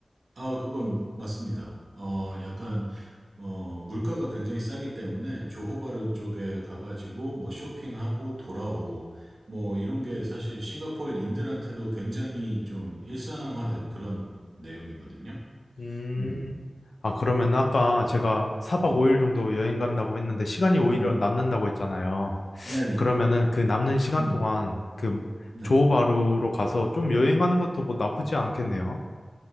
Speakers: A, on the right; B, on the left.
A: 아, 그건 맞습니다. 어, 약간, 어, 물가가 굉장히 싸기 때문에 조호바르 쪽에 가가지고 뭐 쇼핑하고 돌아오고 뭐 이런 게 사실 싱가포르인들한테도 굉장히 좀 일상화된 그런 내용이거든요.
B: 음,
A: 음,
B: 아, 그러면 아까 제가 4박
A: 네,
B: 5일 정도 여행 간다고 했는데 시간이 오히려
A: 음,
B: 남는다고 했잖아요.
A: 네네네.
B: 그러면은 그 남는 시간
A: 음,
B: 동안 그
A: 네.
B: 조호바루로 가서 좀 여행하는 것도 뭐 나쁘지 않겠네요.